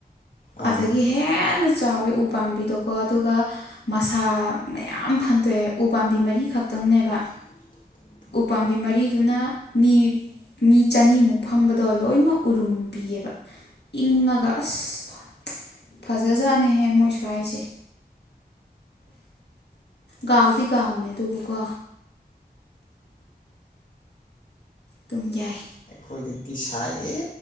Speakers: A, on the left; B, on the left.
A: ꯑꯥ
B: ꯑꯗꯒꯤ ꯍꯦꯟꯅ ꯆꯥꯎꯋꯦ ꯎ ꯄꯥꯝꯕꯤꯗꯣꯀꯣ ꯑꯗꯨꯒ ꯃꯁꯥ ꯃꯌꯥꯝ ꯐꯟꯇꯣꯛꯑꯦ ꯎ ꯄꯝꯕꯤ ꯃꯔꯤꯈꯛꯇꯪꯅꯦꯕ
A: <inaudible>
B: ꯎꯄꯥꯝꯕꯤ ꯃꯔꯤꯗꯨꯅ ꯃꯤ ꯃꯤ ꯆꯅꯤꯃꯨꯛ ꯐꯝꯕꯗꯣ ꯂꯣꯏꯅꯃꯛ ꯎꯔꯨꯝ ꯕꯤꯌꯦꯕ ꯏꯪꯉꯒ ꯑꯁ ꯐꯖꯥꯖꯠꯅꯤꯍꯦ ꯃꯣꯏ ꯁꯨ꯭ꯋꯥꯏꯁꯤ ꯒꯥꯎꯗꯤ ꯒꯥꯎꯅꯦ ꯑꯗꯨꯕꯨꯀꯣ ꯑꯗꯨꯝ ꯌꯥꯏ
A: ꯑꯩꯈꯣꯏꯗꯤ ꯁꯥꯏꯌꯦ